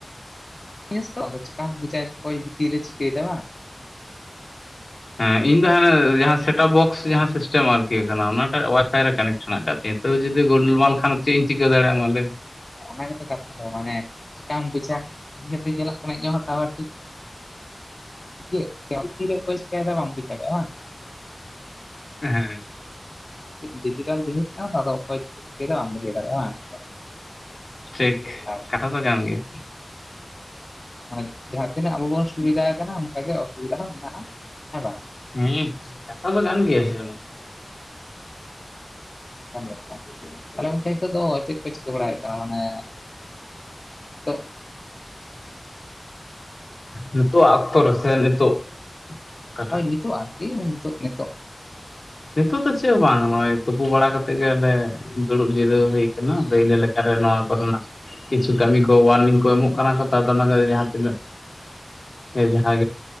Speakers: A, on the left; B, on the left.
A: <inaudible> ᱪᱤᱠᱟᱢ ᱵᱩᱡᱟ ᱚᱠᱚᱭ ᱵᱷᱤᱛᱤᱨ ᱨᱮ ᱪᱤᱠᱟᱹᱭ ᱫᱟ ᱵᱟᱝ
B: ᱦᱮᱸ ᱤᱧ ᱫᱚ ᱦᱟᱱᱮ ᱡᱟᱸᱦᱟ ᱥᱮᱴᱟᱯ ᱵᱚᱠᱥ ᱡᱟᱸᱦᱟ ᱥᱤᱥᱴᱮᱢ ᱟᱨᱠᱤ ᱠᱟᱱᱟ ᱚᱱᱟᱴᱟᱜ ᱚᱣᱟᱭᱯᱷᱟᱭ ᱨᱮ ᱠᱟᱱᱮᱴ ᱢᱮᱱᱟᱜ ᱟᱠᱟᱫ ᱛᱤᱧᱟ ᱛᱟᱹᱣ ᱡᱩᱫᱤ ᱜᱳᱞ ᱢᱟᱞ ᱠᱷᱟᱱ ᱪᱮᱫ ᱤᱧ ᱪᱤᱠᱟᱹ ᱫᱟᱲᱮᱭᱟᱜᱼᱟ ᱢᱟ ᱞᱟᱹᱭᱢᱮ
A: ᱚᱱᱟ ᱜᱮᱛᱚ ᱠᱟᱛᱷᱟ ᱫᱚ ᱢᱟᱱᱮ ᱪᱮᱠᱟᱢ ᱵᱩᱡᱟ ᱤᱱᱠᱟ ᱛᱮ ᱧᱮᱞᱚᱜ ᱠᱟᱱᱟ ᱤᱧᱟᱜ ᱦᱚ ᱴᱟᱣᱟᱨ ᱴᱷᱤᱠ <unintelligible> ᱚᱠᱚᱭ ᱪᱮᱠᱟᱭ ᱫᱟ ᱵᱟᱢ ᱵᱩᱪ ᱫᱟᱲᱟᱭᱟᱜᱼᱟ ᱵᱟᱝ
B: ᱦᱮᱸ
A: ᱰᱤᱡᱤᱴᱟᱞ ᱡᱤᱱᱤᱥ ᱠᱟᱱᱟ ᱟᱫᱚ ᱚᱠᱚᱭ <unintelligible> ᱵᱟᱢ ᱵᱩᱡᱟᱹᱣ ᱫᱟᱲᱮᱭᱟᱜᱼᱟ ᱵᱟᱝ
B: ᱴᱷᱤᱠ
A: ᱟᱨ
B: ᱠᱟᱛᱷᱟ ᱛᱚ ᱜᱟᱱ ᱜᱮᱭᱟ᱾
A: ᱢᱟᱱᱮ ᱡᱟᱦᱟᱸ ᱛᱤᱱᱟᱹᱜ ᱟᱵᱚ ᱵᱚᱱ ᱥᱩᱵᱤᱫᱷᱟ ᱠᱟᱱᱟ ᱚᱱᱠᱟᱜ ᱜᱮ ᱚᱥᱩᱵᱤᱫᱟ ᱦᱚᱸ ᱢᱮᱱᱟᱜᱼᱟ ᱾ ᱦᱮᱸ ᱵᱟᱝ?
B: ᱦᱮᱸ ᱠᱟᱛᱷᱟ ᱫᱚ ᱠᱟᱱ ᱜᱮᱭᱟ ᱥᱮ ᱚᱱᱟ ᱫᱚ᱾
A: ᱚᱝᱠᱟᱱ ᱵᱮᱯᱟᱨ ᱛᱟᱦᱞᱮ ᱜᱚᱝᱠᱮ ᱱᱤᱛᱚᱜ ᱫᱚ ᱪᱮᱫ ᱠᱚ ᱪᱤᱠᱟᱹ ᱵᱟᱲᱟᱭᱮᱫ ᱠᱟᱱᱟ? ᱢᱟᱱᱮ ᱱᱤᱛᱚᱜ
B: ᱱᱤᱛᱚᱜᱼᱟᱜ ᱚᱠᱛᱚ ᱨᱮ ᱥᱮ ᱱᱤᱛᱚᱜ ᱚᱠᱟᱴᱟᱜ
A: ᱦᱳᱭ ᱱᱤᱛᱚᱜ ᱟᱨᱠᱤ ᱱᱤᱛᱚᱜ ᱱᱤᱛᱚᱜ᱾
B: ᱱᱤᱛᱳᱜ ᱫᱚ ᱪᱮᱜ ᱦᱚᱸ ᱵᱟᱝ ᱱᱚᱜᱼᱚᱭ ᱛᱩᱯᱩ ᱵᱟᱲᱟ ᱠᱟᱛᱮᱜ ᱜᱮ ᱚᱸᱰᱮ ᱫᱩᱲᱩᱵ ᱡᱤᱨᱟᱹᱣ ᱦᱩᱭ ᱠᱟᱱᱟ, ᱟᱫᱚ ᱤᱱᱟᱹ ᱞᱮᱠᱟᱨᱮ ᱱᱚᱣᱟ ᱠᱚᱨᱮᱱᱟᱜ ᱠᱤᱪᱷᱩ ᱠᱟᱹᱢᱤ ᱠᱚ ᱳᱟᱨᱱᱤᱝ ᱠᱚ ᱮᱢᱚᱜ ᱠᱟᱱᱟ ᱠᱚ ᱛᱚ ᱚᱱᱟ ᱡᱟᱦᱟᱸ ᱛᱤᱱᱟᱹᱜ ᱡᱟᱦᱟᱸ